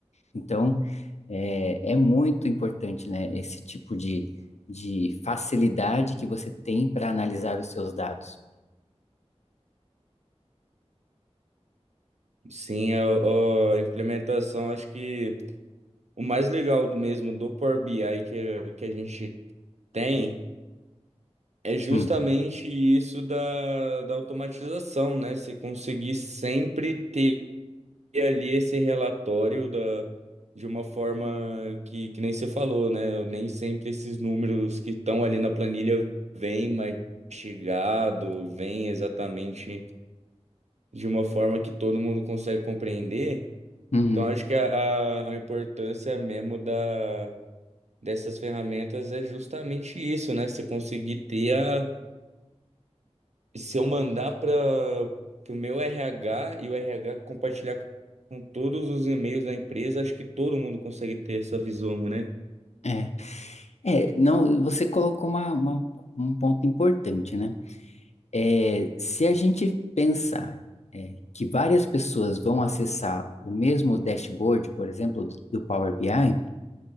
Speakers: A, on the left (about 75°); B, on the right (about 80°).
A: Então é, é muito importante, né, esse tipo de, de facilidade que você tem para analisar os seus dados.
B: Sim, a, a implementação, acho que o mais legal do mesmo do Power BI que, que a gente tem. É justamente
A: Hum,
B: isso da, da automatização, né? Se conseguir sempre ter ali esse relatório da, de uma forma que, que nem você falou, né? Nem sempre esses números que estão ali na planilha vêm mastigado, vêm exatamente de uma forma que todo mundo consegue compreender.
A: uhum,
B: Então, acho que a, a a importância mesmo da, dessas ferramentas é justamente isso, né? Você conseguir ter a Se eu mandar para o meu RH e o RH compartilhar com todos os e-mails da empresa, acho que todo mundo consegue ter essa visão, né?
A: é. É, não, você colocou uma, uma- um ponto importante, né? É, se a gente pensar é, que várias pessoas vão acessar o mesmo dashboard, por exemplo, do, do Power BI,